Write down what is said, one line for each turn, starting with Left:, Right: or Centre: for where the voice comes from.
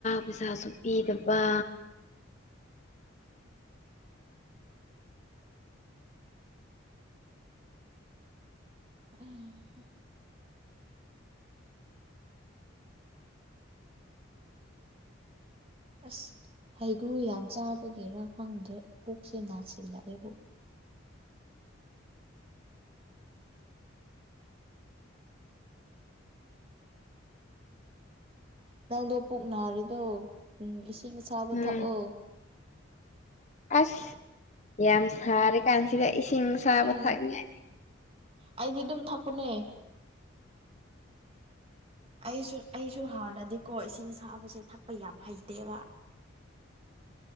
Left: ꯄꯩꯁꯥꯁꯨ ꯄꯤꯗꯕ
Right: ꯎꯝ ꯑꯁ ꯍꯩꯒ꯭ꯔꯨ ꯌꯥꯝ ꯆꯥꯕꯒꯤꯔꯥ ꯈꯪꯗ꯭ꯔꯦ ꯄꯨꯛꯁꯦ ꯅꯥꯁꯤꯜꯂꯛꯑꯦꯕꯨ ꯅꯪꯗꯣ ꯄꯨꯛ ꯅꯥꯔꯤꯗꯣ ꯎꯝ ꯏꯁꯤꯡ ꯑꯁꯥꯕ
Left: ꯎꯝ
Right: ꯊꯛꯑꯣ
Left: ꯑꯁ ꯌꯥꯝ ꯁꯥꯔꯤꯀꯥꯟꯁꯤꯗ ꯏꯁꯤꯡ ꯑꯁꯥꯕ
Right: ꯎꯝ
Left: ꯊꯥꯛꯅꯤꯉꯥꯏ
Right: ꯑꯩꯗꯤ ꯑꯗꯨꯝ ꯊꯛꯄꯅꯦ ꯑꯩꯁꯨ ꯑꯩꯁꯨ ꯍꯥꯟꯅꯗꯤꯀꯣ ꯏꯁꯤꯡ ꯑꯁꯥꯕꯁꯦ ꯊꯛꯄ ꯌꯥꯝ ꯍꯩꯇꯦꯕ